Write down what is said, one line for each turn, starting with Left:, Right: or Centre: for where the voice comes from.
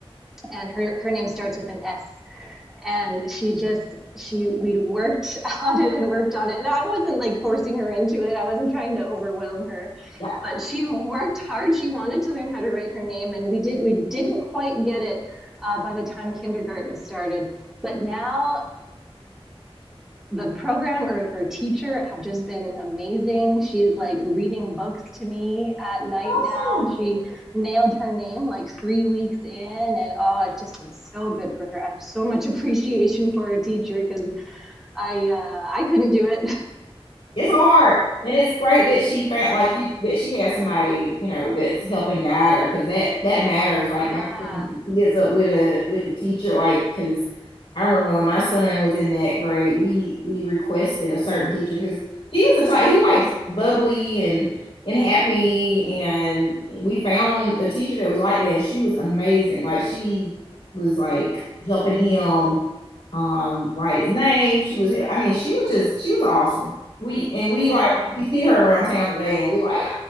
Centre: And her, her name starts with an S and she just she we worked <laughs> on it and worked on it and i wasn't like forcing her into it i wasn't trying to overwhelm her
Left: that's
Centre: but she worked hard she wanted to learn how to write her name and we did we didn't quite get it uh, by the time kindergarten started but now the program or her teacher have just been amazing. She's like reading books to me at night
Left: awesome.
Centre: now. She nailed her name like three weeks in, and oh, it's just been so good for her. I have so much <laughs> appreciation for her teacher because I uh, I couldn't do it.
Left: It's hard. And it's great that she found like you that she had somebody, you know, that's helping guide her because that that matters. Like
Centre: <laughs> yeah,
Left: matching the kids up with a with the teacher, like because I remember when my son was in that grade, we we requested a certain teacher because he was the type he likes bubbly and and happy, and we found a teacher that was like that, and she was amazing. Like she was like helping him um write his name. She was, I mean, she was just she was awesome. We and we
Centre: yeah.
Left: like you see her around town today, and we're like,